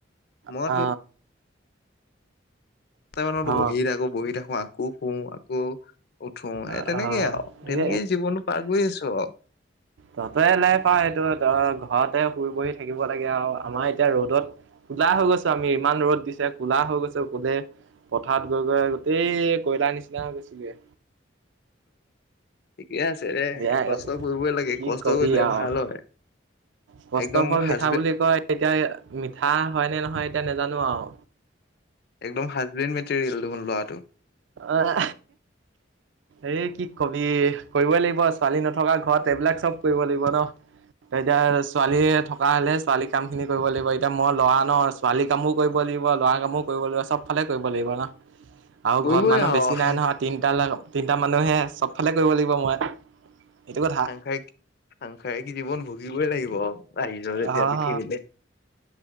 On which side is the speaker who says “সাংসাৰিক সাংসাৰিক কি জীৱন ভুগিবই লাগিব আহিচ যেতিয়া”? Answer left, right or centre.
Left